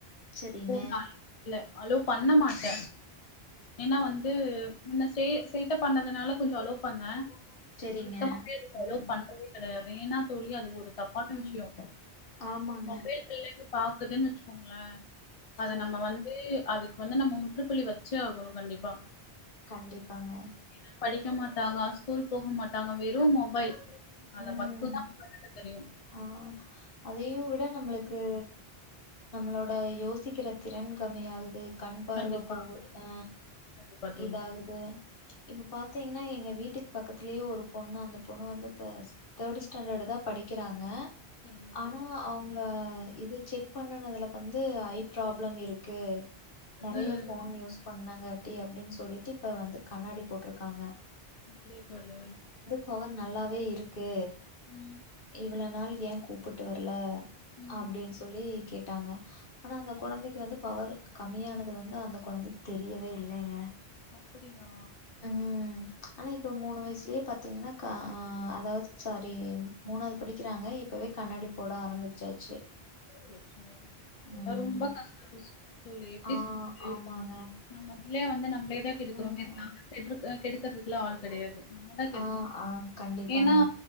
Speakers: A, on the left; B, on the left.
A: செரிங்க
B: போ நால் இல்ல அலோ பண்ண மாட்ட ஏனா வந்து முன்ன சே சேட்ட பண்ணதுனால கொஞ்சொ அலோ பண்ண
A: செரிங்க
B: இப்ப சுத்தமாவே அதுக்கு அலோ
A: ம்
B: பண்றதே த அது ஏனா தோழி அது ஒரு தப்பான விஷ்யொ
A: ம் ஆமாங்க
B: மொபைல் பிள்ளைங்க பாக்குதுன் வெச்சுக்கோங்களே அத
A: ம்
B: நம்ம வந்து அதுக்கு வந்து நம்ம முற்றுப்புள்ளி வச்சே ஆகணு கண்டிப்பா
A: கண்டிப்பாங்க
B: ஏனா படிக்க மாட்டாங்க ஸ்கூல் போக மாட்டாங்க வெறு மொபைல் அத
A: ம்
B: மட்டு்ந்தா கண்ணுக்கு தெரியு
A: ஆ அதையு விட நம்மளுக்கு நம்மளோட யோசிக்கிற திறன் கம்மியாகுது கண் பார்வ
B: கண்டிப்பா
A: போகு ஆ
B: கண்டிப்பா தோழி
A: இதாகுது இப்ப பாத்தீங்னா எங்க வீட்டுக்கு பக்கத்திலயே ஒரு பொண்ணு அந்த பொண்ணு வந்து ஃபஸ்ட் தேட் ஸ்டாண்டர்டு தா படிக்கிறாங்க
B: சரிங்க
A: ஆனா
B: தோழி
A: அவ் ங்கள இது செக் பண்ணணுதுல வந்து ஐ ப்ராப்ளம் இருக்கு நெறைய
B: ம்
A: ஃபோன் யூஸ் பண்ணங்காட்டி அப்டின் சொல்லிட்டு இப்ப வந்து கண்ணாடி போட்ருக்காங்க
B: அப்டியா தோழி
A: பவர் நல்லாவே இருக்கு
B: ம்
A: இவ்வளவு நாள் ஏ கூப்பிட்டு வர்ல
B: ம்
A: அப்டீன் சொல்லி கேட்டாங்க ஆனா அந்த கொழந்தைக்கு வந்து பவரு கம்மியானது வந்து அந்த கொழந்தைக்கு தெரியவே இல்லைங்க
B: அப்படியா
A: ம் ஆனா இப்ப
B: ம்
A: மூணு வயசுலயே பாத்தீங்னா கா ஆ அதாவது சரி மூணாது படிக்கிறாங்க இப்பவே கண்ணாடி போட ஆரம்பிச்சாச்சு
B: அச்சச்சோ
A: ம்.
B: ரொம்ப கஷ்டோ தோழி எப்டி
A: ஆ
B: சொல்றது
A: ஆமாங்க.
B: நம்ம பிள்ளயே வந்து நம்மளே தா கெடுக்குற
A: ம்.
B: மாரி நாம்ம கெடுக் கெடுக்கறதுகெல்லா ஆள் கெடையாது நம்மதா கெடுக்குறோ
A: ஆ, ஆ கண்டிப்பாங்க.
B: ஏனா